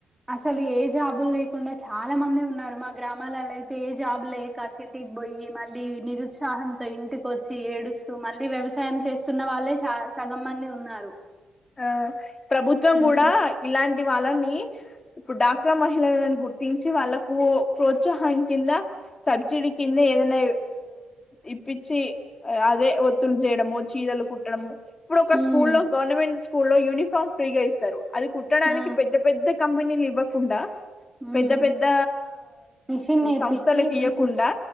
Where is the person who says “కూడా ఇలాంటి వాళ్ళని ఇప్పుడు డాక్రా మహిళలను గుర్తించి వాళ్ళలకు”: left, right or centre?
Left